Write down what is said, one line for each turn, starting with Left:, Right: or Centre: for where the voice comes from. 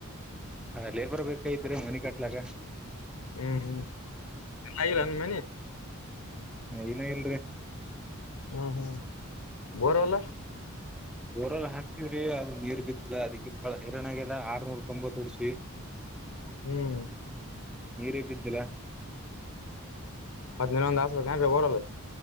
Centre: ಅೇ ಒಬ್ರ ಬೇಕ ಇದ್ರೆ ಮನ ಕಟ್ಲಕ್ಕ
Left: ಹ್ಮ್ ಹ್ಮ್ ಆಗಿಲ್ಲ ನನ್ ಮನಿ
Centre: ಹಾ ಏನ ಇಲ್ರಿ
Left: ಹ್ಮ್ ಹ್ಮ್ ಬೋರವಲ್ಲ
Centre: ಬೋರಲ್ಲ ಹಾಕ್ತವ್ರಿ ಅದ ನೀರ್ ಬಿದ್ದಿಲ್ಲ ಅದಕ್ಕೆಳ <unintelligible> ಲ್ಲ ಆರ್ನೂರ ತೊಂಬತ್ತೋಡ್ಸಿ
Left: ಹ್ಮ್
Centre: ನೀರೇಪಿದ್ದಿಲ್ಲಾ <unintelligible>
Left: ಹತ್ತಿನರೊಂದು ಆಸ್ಪತ್ ಏನ್ ರೀ ಬರಲ್ಲ <unintelligible>